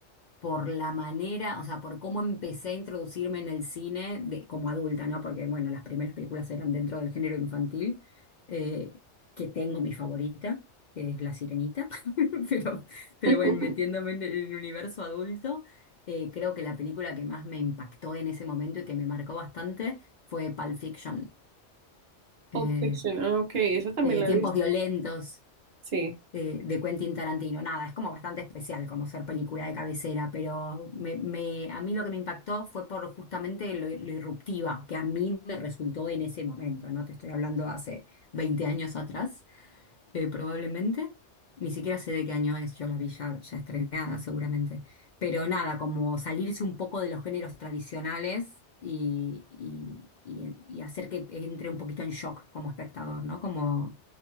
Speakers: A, on the left (about 55°); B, on the right (about 60°).
A: por la manera, o sea, por cómo empecé a introducirme en el cine de, como adulta, ¿no? Porque, bueno, las primeras películas eran dentro del género infantil, eh, que tengo mi favorita, que es La Sirenita, <laughs> pero, pero
B: <laughs>
A: bueno, metiéndome en el universo adulto, eh, creo que la película que más me impactó en ese momento y que me marcó bastante fue Pulp Fiction.
B: Pulp
A: Eh,
B: Fiction, ah, ok, eso también
A: eh,
B: la
A: tiempos
B: he visto.
A: violentos,
B: Sí,
A: eh, de Quentin Tarantino. Nada, es como bastante especial como ser película de cabecera, pero me, me- a mí lo que me impactó fue por justamente lo, lo irruptiva que a mí me resultó en ese momento, ¿no? Te estoy hablando hace 20 años atrás eh, probablemente. Ni siquiera sé de qué año es, yo la vi ya, ya estrenada seguramente. Pero nada, como salirse un poco de los géneros tradicionales y, y- y- y hacer que entre un poquito en shock como espectador, ¿no? Como